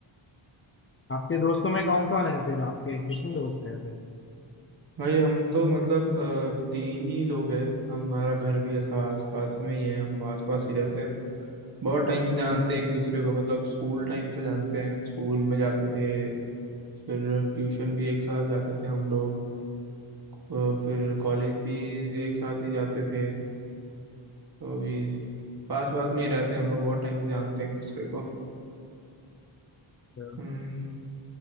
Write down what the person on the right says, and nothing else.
भाई हम तो मतलब अ, तीन ही लोग हैं हमारा घर भी ऐसा आस पास में ही है हम आस पास ही रहते हैं बहुत टाइम से जानते
हैं एक दूसरे को मतलब स्कूल टाइम से जानते हैं स्कूल में जाते थे फिर ट्यूशन भी एक साथ जाते थे हम लोग अ, फिर कॉलेज भी एक साथ ही जाते थे तो अभी पास पास में ही रहते हैं हम लोग बहुत टाइम से जानते हैं एक दूसरे को
हम्म